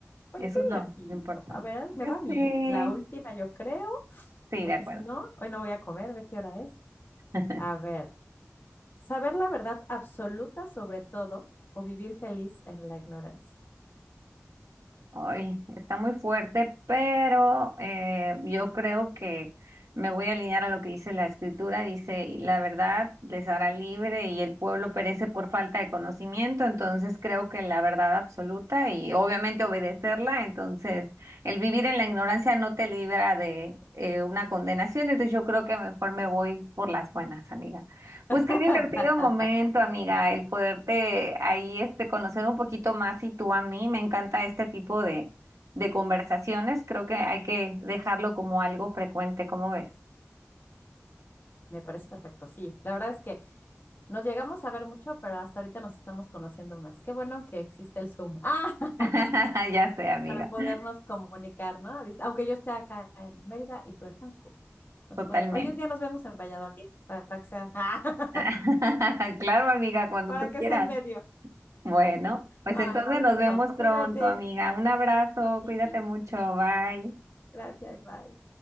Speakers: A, on the left; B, on the right.
A: Oye,
B: Eso
A: qué
B: es lo,
A: divertido.
B: lo importante.
A: A ver,
B: Yo
A: me va a mí,
B: sé.
A: la última yo creo,
B: Sí,
A: porque
B: de acuerdo.
A: si no, hoy no voy a comer, ve qué hora es.
B: <laughs>
A: A ver, saber la verdad absoluta sobre todo o vivir feliz en la ignorancia.
B: Ay, está muy fuerte, pero eh, yo creo que me voy a alinear a lo que dice la escritura. Dice, "Y la verdad les hará libre y el pueblo perece por falta de conocimiento. Entonces creo que la verdad absoluta y obviamente obedecerla. Entonces, el vivir en la ignorancia no te libra de eh, una condenación. Entonces yo creo que mejor me voy por las buenas, amiga. Pues
A: <laughs>
B: qué divertido momento, amiga, el poderte ahí este, conocer un poquito más y tú a mí. Me encanta este tipo de, de conversaciones. Creo que hay que dejarlo como algo frecuente, ¿cómo ves?
A: Me parece perfecto, sí. La verdad es que nos llegamos a ver mucho, pero hasta ahorita nos estamos conociendo más. Qué bueno que existe el Zoom. Ah, <laughs>
B: <laughs> Ya sé, amiga,
A: para podernos comunicar, ¿no? Dice, Aunque yo esté acá en Mérida y tú en Cancún. Nos
B: totalmente.
A: pode- Hoy un día nos vemos en Valladolid para que sea, <laughs>
B: <laughs> Claro, amiga, cuando
A: para
B: tú
A: que
B: quieras.
A: sea en medio.
B: Bueno, pues
A: Ay,
B: entonces
A: qué
B: nos
A: gusto.
B: vemos pronto,
A: Cuídate.
B: amiga. Un abrazo,
A: Sí,
B: cuídate mucho, bye.
A: gracias, bye.